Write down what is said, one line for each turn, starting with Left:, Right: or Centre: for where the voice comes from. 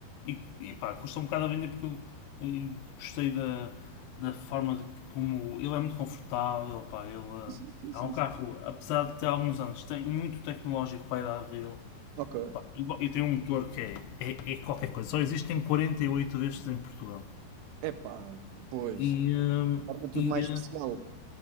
Left: E, e pá, custa um bocado a vender porque eu eh, gostei da, da forma de como ele é muito confortável. Pá, ele eh,
Right: Sim, sim, sim.
Left: é um carro,
Right: sim.
Left: apesar de ter alguns anos, tem muito tecnológico para a idade dele.
Right: Ok. Ok.
Left: Pá, e, bo- e tem um motor que é, é, é qualquer coisa. Só existem 48 destes em Portugal.
Right: Epá, pois.
Left: E, ahm,
Right: Torna tudo
Left: e
Right: mais
Left: eh,
Right: especial.